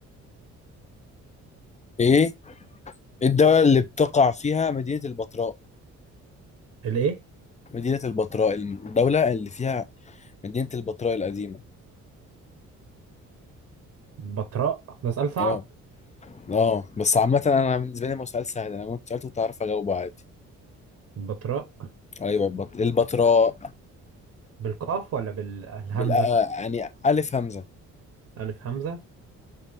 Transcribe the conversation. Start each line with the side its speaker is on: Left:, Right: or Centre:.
Left: ايه إيه الدولة اللي بتقع فيها مدينة البتراء
Right: الايه
Left: مدينة البتراء الدولة اللي فيها مدينة البتراء القديمة
Right: بطراء ده سؤال صعب
Left: اه اه بس عامة انا بالنسبة لي ما هو سؤال سهل انا كنت سألته كنت عارف اجاوبه عادي
Right: البطراء
Left: ايوه البت- البتراء
Right: بالقاف ولا بالهمزة
Left: بال آه، يعني ألف همزة
Right: الف همزة